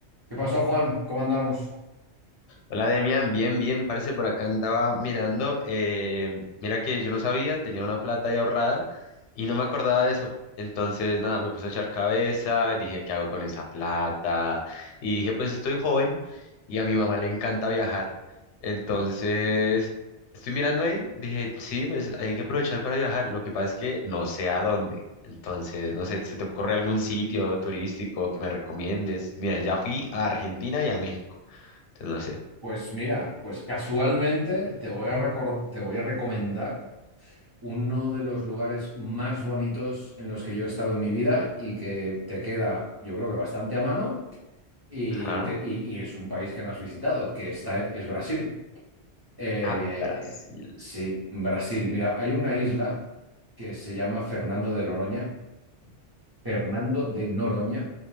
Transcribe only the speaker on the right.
¿Qué pasó, Juan? ¿Cómo andamos? <laughs>
Pues mira, pues casualmente te voy a recor- te voy a recomendar uno de los lugares más bonitos en los que yo he estado en mi vida y que te queda, yo creo que bastante a mano y,
te- y- y es un país que no has visitado, que está, es Brasil. Eh,
sí, Brasil. Mira, hay una isla que se llama Fernando de Noroña Fernando de Noroña,